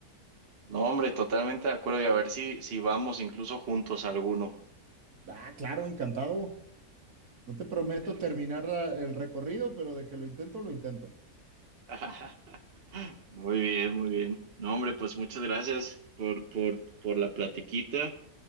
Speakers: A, on the right; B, on the right.
A: No, hombre, totalmente de acuerdo. Y a ver si, si vamos incluso juntos a alguno.
B: Ah, claro, encantado. No te prometo
A: Perf-
B: terminar la- el recorrido, pero de que lo intento, lo intento.
A: <laughs> Muy bien, muy bien. No, hombre, pues muchas gracias por, por, por la platiquita.